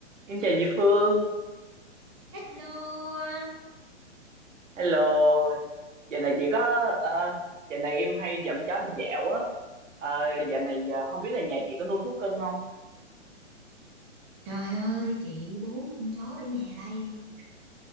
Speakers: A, on the right; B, on the right.
A: Em chào chị Phương,
B: Hello.
A: hello. Giờ này chị có, ờ, giờ này em hay dẫn chó đi dạo á. Ờ, giờ này ờ, không biết là nhà chị có nuôi thú cưng không?
B: Trời ơi, chị bốn con chó ở nhà đây.